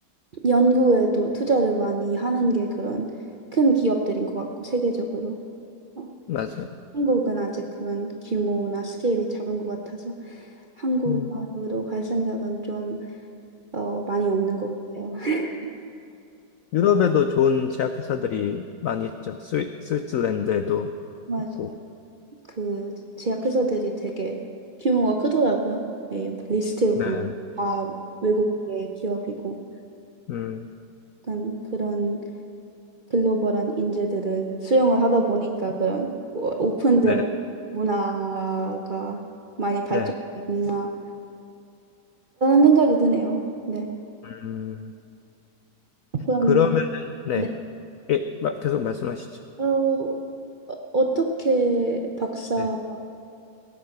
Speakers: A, on the right (about 55°); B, on the left (about 80°).
A: 연구에도 투자를 많이 하는 게 그런 큰 기업들인 것 같고 세계적으로. 어,
B: 맞아요.
A: 한국은 아직 그런 규모나 스케일이 작은 것 같아서 한국으로
B: 음.
A: 갈 생각은 좀 어, 많이 없는 것 같아요. <laughs>
B: 유럽에도 좋은 제약 회사들이 많이 있죠. 스위, 스위스랜드에도
A: 맞아요.
B: 있고.
A: 그 제약회사들이 되게 규모가 크더라고요. 이 리스트를
B: 네.
A: 보면 다 외국계 기업이고
B: 음,
A: 약간 그런 글로벌한 인재들을 수용을 하다 보니까 그런 오- 오픈된
B: 네.
A: 문화가 많이 발전되어
B: 네.
A: 있나라는 생각이 드네요. 네.
B: 음,
A: 그럼
B: 그러면 네.
A: 네.
B: 예, 마- 계속 말씀하시죠.
A: 어, 어, 어떻게 박사
B: 네.